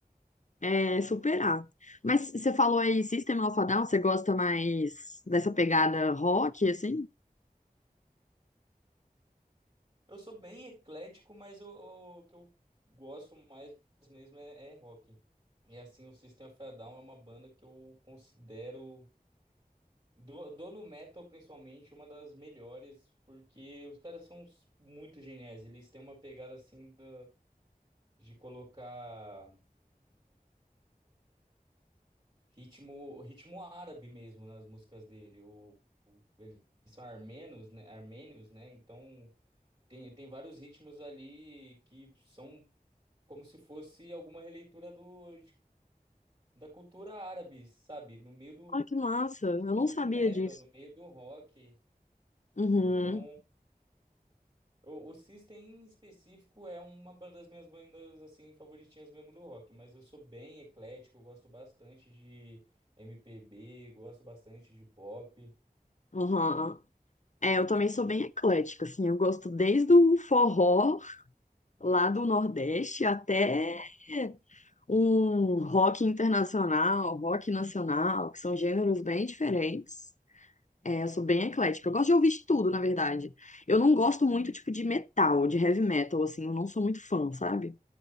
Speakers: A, on the left; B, on the right.
A: É superar. Mas você falou aí, System of a Down, você gosta mais dessa pegada rock, assim?
B: Eu sou bem eclético, mas o, o que eu gosto mais mesmo é, é rock. E assim, o System of a Down é uma banda que eu considero, do, do no metal principalmente, uma das melhores, porque os caras são s- muito geniais. Eles têm uma pegada assim da, de colocar ritmo, ritmo árabe mesmo nas músicas dele. O, o- eles são armenos, né? Armênios, né? Então. Tem, tem vários ritmos ali que são como se fosse alguma releitura do, de- da cultura árabe, sabe? No meio do,
A: Ah, que massa. Eu
B: do,
A: não sabia
B: do metal,
A: disso.
B: no meio do rock.
A: Uhum,
B: Então, o, o System em específico é uma ba- das minhas bandas, assim, favoritinhas mesmo do rock. Mas eu sou bem eclético, eu gosto bastante de MPB, gosto bastante de pop.
A: uhum. É, eu também sou bem eclética, assim. Eu gosto desde o forró lá do Nordeste até um rock internacional, rock nacional, que são gêneros bem diferentes. É, eu sou bem eclética. Eu gosto de ouvir de tudo, na verdade. Eu não gosto muito, tipo, de metal, de heavy metal, assim. Eu não sou muito fã, sabe?